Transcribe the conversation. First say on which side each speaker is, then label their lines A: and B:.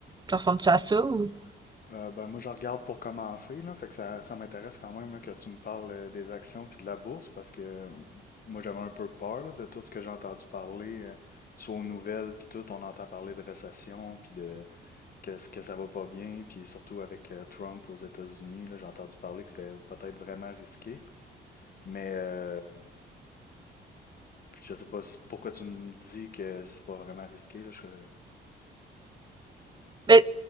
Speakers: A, on the right; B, on the left.
A: tu ressembles-tu à ça ou...
B: Euh, ben, moi, je regarde pour commencer, là, fait que ça, ça m'intéresse quand même là, que tu me parles euh, des actions puis de la bourse parce que euh, moi, j'avais un peu peur là, de tout ce que j'ai entendu parler, euh, soit aux nouvelles puis tout, on entend parler de récession puis de que, ce que ça va pas bien puis surtout avec euh, Trump aux États-Unis, là, j'ai entendu parler que c'était peut-être vraiment risqué, mais euh, je sais pas si- pourquoi tu me dis que c'est pas vraiment risqué, là, je,
A: Ben,